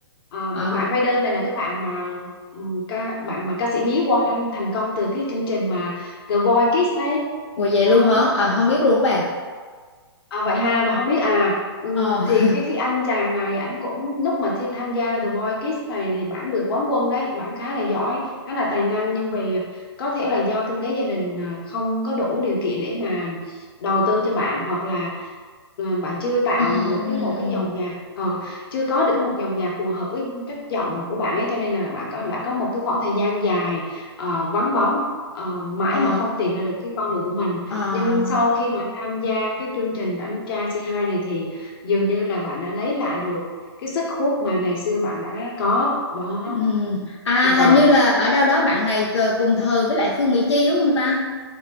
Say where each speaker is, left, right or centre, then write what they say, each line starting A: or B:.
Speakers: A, on the left; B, on the left.
A: ờ,
B: à,
A: bạn Rider này là cái bạn mà ừm, ca bạn mà ca sĩ nhí Quang Anh thành công từ cái chương trình mà The Voice Kids đấy
B: ủa vậy
A: đó
B: luôn hả à, không biết luôn các bà
A: À, vậy ha, bà không biết à ừm,
B: ờ <laughs>
A: thì cái cái anh chàng này ảnh cũng lúc mà Thiên tham gia The Voice Kids này thì bản được quán quân đấy bản khá là giỏi khá là tài năng nhưng vì có thể là do kinh tế gia đình à, không có đủ điều kiện để mà đầu tư cho bạn hoặc là à, bạn chưa tạo
B: ừ
A: được
B: ừ
A: cái một cái dòng nhạc ờ, chưa có được cái một dòng nhạc phù hợp với chất giọng của bạn ấy cho nên là bạn có đã có một cái khoảng thời gian dài ờ, vắng bóng ờ, mãi
B: ờ
A: mà không tìm ra được cái con đường của mình
B: à.
A: nhưng sau khi mà tham gia cái chương trình Anh trai c hai này thì dường như là bạn đã lấy lại được cái sức hút mà ngày xưa bạn đã có đó
B: Ừm, À
A: đúng
B: hình
A: rồi
B: như là ở đâu đó bạn này cờ- cùng thời với lại Phương Mỹ Chi đúng không ta?